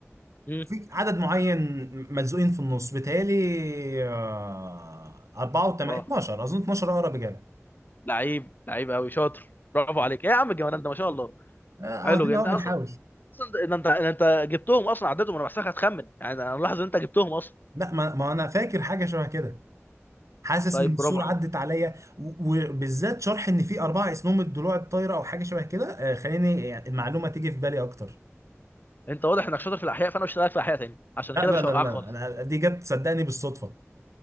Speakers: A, on the left (about 40°); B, on the right (about 80°).
A: امم
B: في عدد معين ملزوقين في النص بيتهيألي آه، أربعة وتمانية
A: اه
B: 12 أظن 12 أقرب إجابة
A: لعيب لعيب قوي شاطر برافو عليك إيه يا عم الجمال ده ما شاء الله
B: آه،
A: حلو
B: قاعدين
A: جدا.
B: أهو
A: انت
B: بنحاول
A: اصلا اصلا ده- ده انت ده انت جبتهم اصلا عدتهم انا بحسك هتخمن يعني انا ملاحظ ان انت جبتهم اصلا
B: لا ما, ما أنا فاكر حاجة شبه كده حاسس
A: طيب
B: إن الصورة
A: برافو عليك.
B: عدت عليا و- وبالذات شرح إن في أربعة اسمهم الضلوع الطايرة أو حاجة شبه كده آه، خليني يعني المعلومة تيجي في بالي أكتر
A: انت واضح انك شاطر في الاحياء فانا مش هسالك في الاحياء تاني عشان كده
B: لا لا
A: مش
B: لا
A: هوقعك
B: لا لا،
A: خالص
B: أنا دي جت صدقني بالصدفة